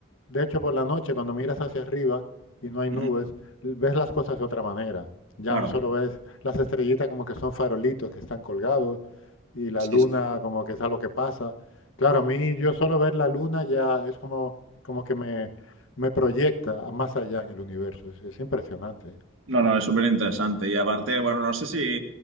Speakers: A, on the left; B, on the right.
A: de hecho por la noche, cuando miras hacia arriba y no hay nubes,
B: Ujú,
A: l- ves las cosas de otra manera. Ya
B: Claro.
A: no solo ves las estrellitas como que son farolitos que están colgados y la
B: Sí,
A: luna
B: sí.
A: como que es algo que pasa. Claro, a mí yo solo ver la luna ya es como, como que me, me proyecta a más allá en el universo. Es, es impresionante, ¿eh?
B: No, no, es súper interesante. Y aparte, bueno, no sé si